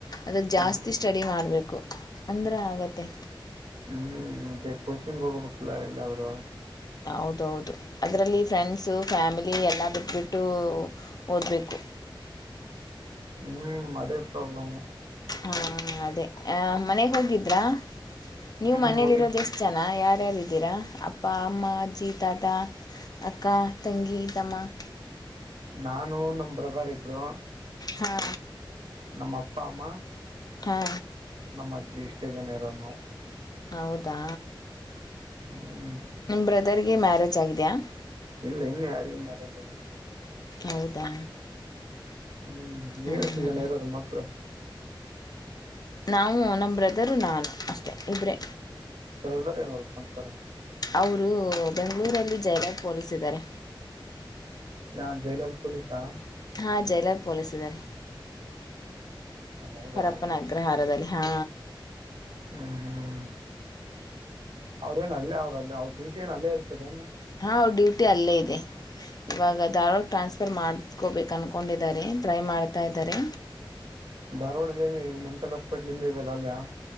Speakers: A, on the left; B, on the right.
A: ಅದ ಜಾಸ್ತಿ
B: ಹ್ಮ್
A: ಸ್ಟಡಿ ಮಾಡ್ಬೇಕು ಅಂದ್ರೆ ಅಗತ್ತೆ
B: ಹ್ಮ್ ಮತ್ತೆ ಕೋಚಿಂಗ್ ಹೋಗ್ಬೇಕಲ್ಲ ಎಲ್ಲಾದ್ೂ
A: ಹೌದೌದು ಅದರಲ್ಲಿ ಫ್ರೆಂಡ್ಸು ಫ್ಯಾಮಿಲಿ ಎಲ್ಲ ಬಿಟ್ಬಿಟ್ಟು ಓದ್ಬೇಕು
B: ಹ್ಮ್ ಅದೇ ಪ್ರಾಬ್ಲಮ್
A: ಹಾ ಅದೇ ಮನೆಗೆ ಹೋಗಿದ್ರಾ ನೀವು
B: ಹ್ಮ್
A: ಮನೇಲಿರೋದ
B: ಹೋಗಿದ್
A: ಎಷ್ಟ ಚನ ಯಾರ್ಯಾರಿದ್ದೀರಾ ಅಪ್ಪ ಅಮ್ಮ ಅಜ್ಜಿ ತಾತಾ ಅಕ್ಕ ತಂಗಿ ತಮ್ಮಾಕ
B: ನಾನು ನಮ ಬ್ರದರ್ ಇಬ್ರು
A: ಹಾ
B: ನಮ್ಮ ಅಪ್ಪಾ ಅಮ್ಮ
A: ಹಾ
B: ನಮ್ಮ ಅಜ್ಜಿ ಇಷ್ಟೇ ಜನ ಇರೋದು ನಾವು
A: ಹೌದಾ
B: ಹ್ಮ್
A: ನಿಮ ಬ್ರದರ್ಗೆ ಮ್ಯಾರೇಜ್ ಆಗಿದ್ಯಾ
B: ಇಲ್ಲ ಇನ್ನು ಯಾರಿಗ ಮ್ಯಾರೇಜ್ ಆಗಿಲ್ಲ
A: ಹೌದಾ
B: ಹ್ಞೂ ನೀವೆ
A: ಹ್ಮ್.
B: ಎಷ್ಟು ಜನ ಇರೋದು ಮಕ್ಕಳು
A: ನಾವು ನಮ್ಮ ಬ್ರದರು ನಾನು ಅಷ್ಟೇ ಇಬರೆ
B: <unintelligible>
A: ಅವರು ಬೆಂಗಳೂರಲ್ಲಿ ಜೈಲರ್ ಪೊಲೀಸ್ ಇದ್ದಾರೆ.
B: ಹಾ ಜೈಲಲ್ ಪೊಲೀಸಾ?
A: ಹಾ ಜೈಲಲ್ ಪೋಲೀಸ್ ಇದ್ದಾರೀ
B: ಹೌದಾ
A: ಪರಪ್ಪನ ಅಗ್ರ ಅಗ್ರಹಾರದಲೀ ಹಾ
B: ಹ್ಮ್ ಹ್ಮ್ ಅವ್ರೇನು ಅಲ್ಲೇ ಅವ್ರಲ್ಲೇ ಅವ್ರ ಡ್ಯೂಟಿನು ಅಲ್ಲೇ ಇರ್ತದೇನು?
A: ಹಾ ಅವ್ರ ಡ್ಯೂಟಿ ಅಲ್ಲೇ ಇದೆ. ಇವಾಗ ಧಾರವಾಡಗ್ ಟ್ರಾನ್ಸ್ ಫರ್ ಮಾಡ್ಸ್ಕೊಬೇಕು ಅನ್ಕೊಂಡ್ ಇದ್ದಾರೆ ಟ್ರೈ ಮಾಡ್ತಾ ಇದಾರೆ.
B: ಧಾರವಾಡಲ್ಲಿ ಮೆಂಟಲ್ ಹಾಸ್ಪಿಟಲ್ ಹಿಂದೆ ಇದೆಲ್ಲ ಅಲ್ಲಾ?